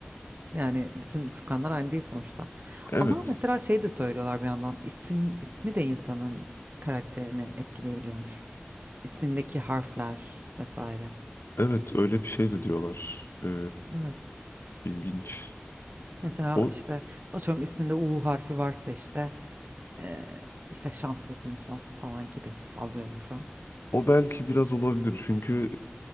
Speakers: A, on the right (about 45°); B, on the left (about 75°).
A: Yani bütün Furkanlar aynı değil sonuçta.
B: Evet.
A: Ama mesela şey de söylüyorlar bir yandan isim ismi de insanın karakterini etkileyebiliyormuş. İsmindeki harfler vesaire.
B: Evet öyle bir şey de diyorlar. Ee,
A: Evet.
B: ilginç.
A: Mesela
B: O,
A: işte atıyorum isminde U harfi varsa işte e, işte şanssız bir insansın falan gibi sallıyorum şu an.
B: O belki biraz olabilir çünkü